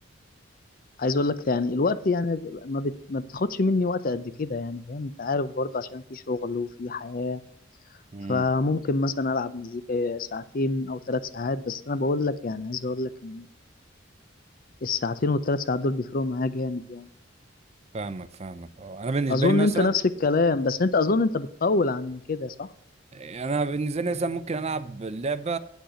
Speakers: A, on the left; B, on the right.
A: عايز اقول لك يعني الوقت يعني ما, بت... ما بتاخدش مني وقت قد كده يعني فاهم انت عارف برضو عشان في شغل وفي حياة
B: امم
A: فممكن مثلا العب مزيكا ساعتين او ثلاث ساعات بس انا بقول لك يعني عايز اقول لك ان الساعتين والثلاث ساعات دول بيفرقوا معايا جامد يعني
B: فاهمك فاهمك اه انا بالنسبه
A: اظن
B: لي مثلا
A: انت نفس الكلام بس انت اظن انت بتطول عن كده صح
B: انا بالنسبه لي مثلا ممكن العب اللعبه